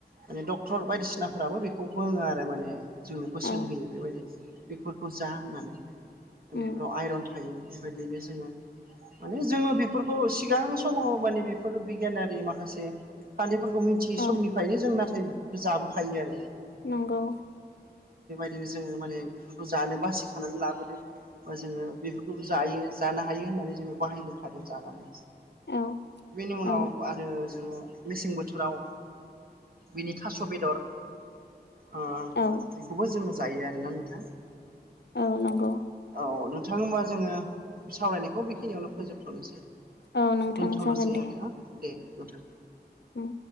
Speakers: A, on the right; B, on the left.
A: माने डक्टर बायदिसिनाफ्राबो बेखौ बुङो आरो माने जोंनो बोसोन
B: औ
A: होयो बेबायदि बेफोरखौ जा होननानै ओ
B: उम
A: बिफोराव आइरन थायो बिबायदिनो जोङो। माने जोङो बिफोरखौ सिगां समाव माने बिफोर बिगियानारि माखासे खान्थिफोर बखौ मिथियै
B: औ
A: समनिफ्रायनो जों नाथाय बिफोरखौ जाबोखायो आरो।
B: नंगौ
A: बिदिनो जोङो माने बिफोरखौ जानो बासिखानानै लाबोदों। बा जोङो बिफोरखौबो जायो जानो हायो होननानै जोङो बाहायबोखादों जानानै।
B: औ
A: बेनि
B: औ
A: उनाव आरो जोङो मेसें बोथोराव बिनि थास' बेदर आ
B: औ
A: बिखौबो जोङो जायो आरोना नोंथां
B: औ नंगौ
A: औ नों थां होमबा जोङो सावरायनायखौ बेखिनियावनो फोजोबथ'नोसै।
B: औ नोंथां
A: दोनथ'नोसै
B: जागोन दे
A: आरोना दे नोंथां।
B: उम